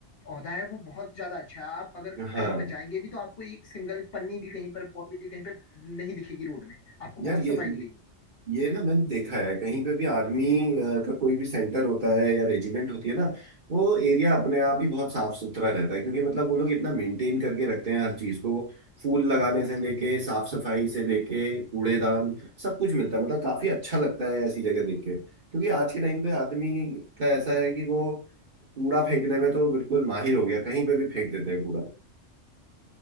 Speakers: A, on the left (about 55°); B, on the right (about 40°).
A: औहदा है वो बहुत ज्यादा अच्छा है आप अगर
B: हाँ
A: कहीं पर जाएंगे भी तो आपको एक सिंगल पन्नी भी कहीं पर पौली भी कहीं पर नहीं दिखेगी रोड में आपको
B: यार
A: बहुत
B: ये
A: सफाई मिलेगी
B: ये ना मैंने देखा है कहीं पे भी आर्मी अ, का कोई भी सेंटर होता है या रेजिमेंट होती है ना वो एरिया अपने आप ही बहुत साफ सुथरा रहता है क्योंकि मतलब वो लोग इतना मेंटेन करके रखते हैं हर चीज को फूल लगाने से लेके साफ सफाई से लेके कूड़ेदान सब कुछ मिलता है मतलब काफी अच्छा लगता है ऐसी जगह देख के क्योंकि आज के टाइम पे आदमी का ऐसा है कि वो कूड़ा फेंकने में तो बिल्कुल माहिर हो गया कहीं पे भी फेंक देते हैं कूड़ा